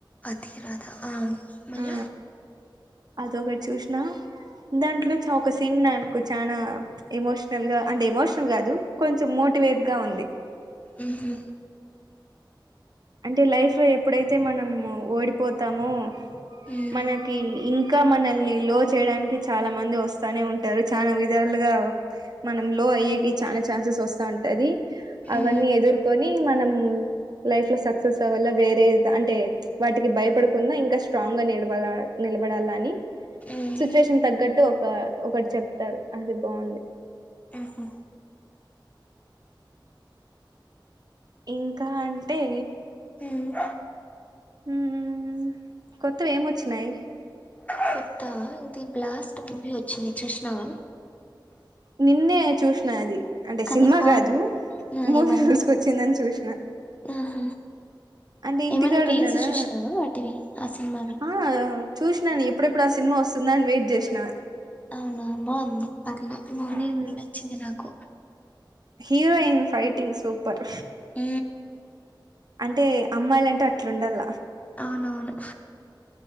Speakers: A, on the left; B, on the right.
A: దిరాదా ఆ మళ్ళ.
B: ఆ అదొకటి చూసినా దాంట్లో చౌవుక ఒక సిన్ నాను. చాలా ఎమోషనల్ గా అంటే ఎమోషనల్ కాదు కొంచెం మోటివేట్ గా ఉంది.
A: ఉహు.
B: అంటే లైఫ్ ఎప్పుడైతే మనం ఓడిపోతామో
A: మ్మ్.
B: మనకి ఇం. ఇంకా మనల్ని లో చేయడానికి చాలా మంది వస్తానే ఉంటారు చాలా విధాలుగా మనం లో. అయ్యేకి చాలా ఛాన్సెస్ వస్తా ఉంటది.
A: మ్మ్.
B: అవన్నీ ఎదుర్కొని మనం. లైఫ్ లో సక్సెస్ అవ్వల్ల వేరే అంటే వాటికి భయపడకుండ ఇంకా స్ట్రాంగ్ గా నిలబ నిలబడాల. అని
A: మ్మ్.
B: సిచ్యువేషన్ తగ్గట్టు ఒక ఒకటి చెప్తాడు అది బాగుంది.
A: ఉహు.
B: ఇంకా అంటే.
A: ఉమ్.
B: ఉమ్ కొత్తవి ఏమొచ్చినాయి.
A: వాస్తవ ఇది బ్లాస్ట్ మూవీ వచ్చింది చూసినవా.
B: నిన్నే చూసిన అది. అంటే
A: కథ
B: సినిమా
A: బాగుంది
B: కాదు మూవీ
A: ఏమన్నా
B: రులీజ్స్ కి వచ్చిందని చూసిన.
A: ఆహా
B: అంటే ఇంటికాడున్నానా
A: ఏమైనా రీల్స్ చూసినావా వాటివి ఆ సినిమావి
B: ఆ. చూసినాను ఎప్పుడెప్పుడు ఆ సినిమా వస్తుందా అని వెయిట్ చేసిన.
A: అవునవును బావుంది పర్లే బానే
B: మ్మ్
A: ఉంది నచ్చింది నాకు
B: హీరోయిన్ ఫైటింగ్ సూపర్
A: ఊ
B: టే అమ్మాయిలంటే అట్లుండాల
A: అవునవును